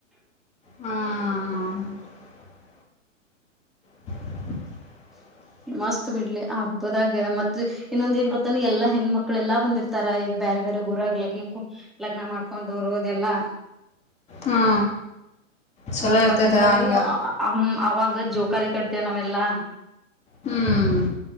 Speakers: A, on the left; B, in the centre.
A: ಹಾ ಹಾ <unintelligible> <unintelligible>
B: ಮಸ್ತ್ ಬಿಡ್ಲೆ ಆ ಹಬ್ಬದಾಗ ಮತ್ತ್ ಇನ್ನೊಂದು ಏನ್ ಗೊತ್ತಾನೊ ಎಲ್ಲಾ ಹೆಣ್ಣ್ಮಕ್ಳ ಎಲ್ಲಾ ಬಂದಿರ್ತಾರ ಈಗ ಬೇರೆ ಬೇರೆ ಗುರಾಗಿ ಲಗ್ನ ಮಾಡ್ಕೊಂಡೊರು ಅದೆಲ್ಲಾ
A: ಹಾ ಚಲೋ
B: ಹ
A: ಇರ್ತೈತೆ
B: ಬಂದಿರ್ತಾರೆ
A: ಹಂಗಾರ
B: ಇಲ್ಲಿ ಅ ಅವಾಗ ಜೋಕಾಲಿ ಕಟ್ತೇ ನಾವೆಲ್ಲಾ
A: ಹ್ಮ್